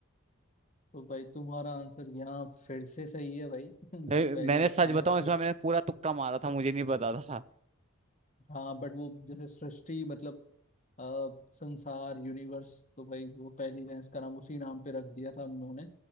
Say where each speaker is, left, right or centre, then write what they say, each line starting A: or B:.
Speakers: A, on the left (about 35°); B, on the right (about 30°).
A: तो भाई तुम्हारा आंसर यहाँ फिर से सही है भाई <laughs> जो
B: ए,
A: पहली
B: मैंने
A: भैंस
B: सच बताऊं इसमें
A: जो
B: मैंने पूरा तुक्का मारा था मुझे नहीं पता था
A: हाँ बट वो जैसे सृष्टि मतलब अ, संसार यूनिवर्स तो भाई वो पहली भैंस का नाम उसी नाम पे रख दिया था हम लोगों ने